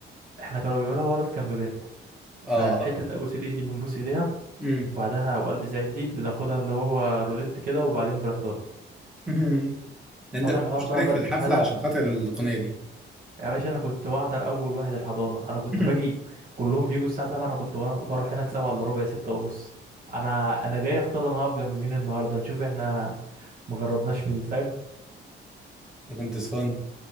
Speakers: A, on the right; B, in the centre.
A: احنا كانوا بيعملوها ولد كان ببنت
B: اه
A: ففي حته ابوس الايد دي بنبوس ايديها
B: امم
A: وبعدها وقلبي سعيد دي بناخدها اللي هو روليت كده وبعدين بنحضرها
B: <laughs> انت
A: فانا
B: كنت
A: الحوار
B: مشترك
A: بقى بد-
B: في الحفله
A: بدأ
B: عشان خاطر الاغنيه دي
A: يا باشا انا كنت بحضر اول واحد الحضانه انا كنت
B: <laughs>
A: باجي كلهم بيجوا الساعه 7 انا كنت بر- بروح هناك 7 الا ربع 6 ونص انا انا جاي اختار انا هقف جنب مين النهارده نشوف احنا مجربناش مين فاهم
B: انت كنت سخن